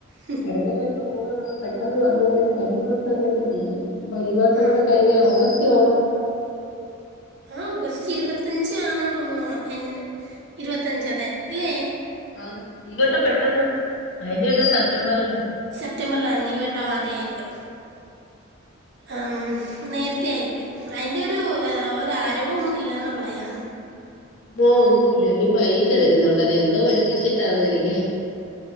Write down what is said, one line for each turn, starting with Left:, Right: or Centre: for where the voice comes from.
Right: ഹം.
Left: അടുത്ത മാസം ഓണാണ് പെട്ടെന്ന് വന്നന്ന് രണ്ടു മാസൊക്കെ ഇപ്പം തീരും. ഇപ്പൊ ഈ മാസം
Right: ആ
Left: കൂടെ കയിഞ്ഞ ഓഗസ്റ്റ് ഒണൊ.
Right: ആ ഓഗസ്റ്റ് ഇരുപത്തഞ്ചാണന്ന്തോന്ന്ന്നു ഓണം എന്റെ ഇരുപത്തഞ്ച അതെ അല്ലെ.
Left: ആ ഈ വട്ടം പെട്ടെന്ന് കൈഞട്ടം സെപ്റ്റംബറിലേനു.
Right: സെപ്റ്റംബറില ഈവട്ടം ആദ്യയിപ്പോ.
Left: <inaudible>
Right: അം നേരത്തെ ആയിപ്പോയി അയിന്റൊരു ആരവവും ഒന്നുംല്ലന്നുള്ളയാ.
Left: ഓ ഒന്നുമില്ല ഇനി പരീക്ഷ വരുന്നുണ്ട്‌ അയ്നെന്തോ പഠിപ്പിച്ചിട്ടാന്നനിക്ക